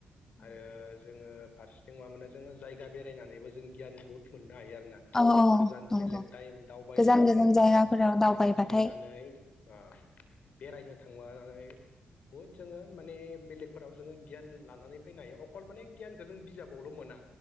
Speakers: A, on the left; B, on the left.
A: आरो जोङो फारसेथिं मा मोनो जोङो जायगा बेरायनानैबो जों गियान बहुत मोननो हायो आरो ना
B: औ
A: गोजान
B: नंगौ
A: बेलेग दाय दावबायनानै
B: गोजान गोजान जायगाफोराव
A: जायगा
B: दावबायबाथाय
A: गिदिंनानै ओ ओह बेरायनो थांबानानै बुहुद जोङो माने बेलेगफोराव जोङो गियान लानानै फैनो हायो अखल माने गियानखो जों बिजाबावल' मोना।